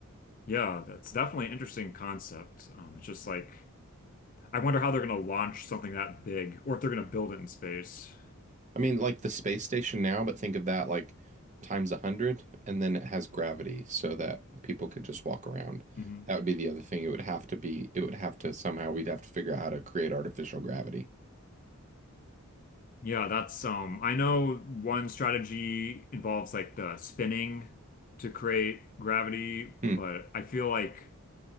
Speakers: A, on the left; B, on the right.
A: yeah, that's definitely an interesting concept. Um, it's just like I wonder how they're going to launch something that big or if they're going to build it in space.
B: I mean, like the space station now, but think of that like times a hundred, and then it has gravity so that people could just walk around.
A: hmm
B: That would be the other thing. It would have to be, it would have to somehow, we'd have to figure out how to create artificial gravity.
A: Yeah, that's um I know one strategy involves like the spinning to create gravity,
B: Hmm.
A: but I feel like